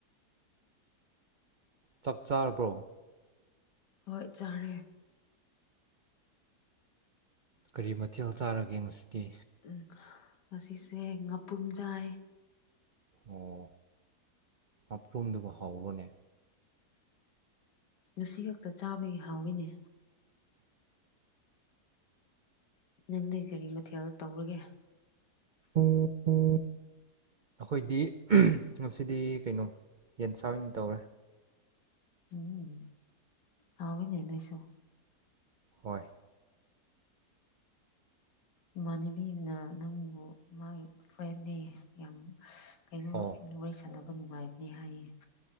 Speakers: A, on the right (about 80°); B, on the left (about 85°).
A: ꯆꯥꯛ ꯆꯥꯔꯕ꯭ꯔꯣ
B: ꯍꯠꯆꯔꯦ
A: ꯀꯔꯤ ꯃꯊꯦꯜ ꯆꯥꯔꯒꯦꯁꯤꯗꯤ
B: ꯎꯝ ꯉꯁꯤꯁꯦ ꯉꯥꯄ꯭ꯔꯨꯝꯖꯥꯏ
A: ꯑꯣ ꯑꯞ꯭ꯔꯨꯝꯗꯨꯕꯨ ꯍꯥꯎꯕꯅꯦ
B: ꯉꯁꯤ ꯈꯛꯇ ꯆꯥꯕꯒꯤ ꯍꯥꯎꯋꯤꯅꯦ ꯅꯪꯗꯤ ꯀꯔꯤ ꯃꯊꯦꯜ ꯇꯧꯔꯒꯦ
A: ꯎꯝ ꯎꯝ ꯑꯩꯈꯣꯏꯗꯤ ꯉꯁꯤꯗꯤ ꯀꯩꯅꯣ ꯌꯦꯟꯁꯥ ꯑꯣꯏꯅ ꯇꯧꯔꯦ
B: ꯎꯝ ꯍꯥꯎꯅꯦ ꯅꯣꯏꯁꯨ
A: ꯍꯣꯏ
B: ꯏꯃꯥꯟꯅꯕꯤꯅ ꯅꯪꯕꯨ ꯃꯥꯒꯤ ꯐ꯭ꯔꯦ ꯌꯥꯝ ꯀꯩꯅꯣ
A: ꯑꯣ
B: ꯋꯥꯔꯤ ꯁꯥꯟꯅꯕ ꯅꯨꯡꯉꯥꯏꯕꯅꯤ ꯍꯥꯏꯌꯦ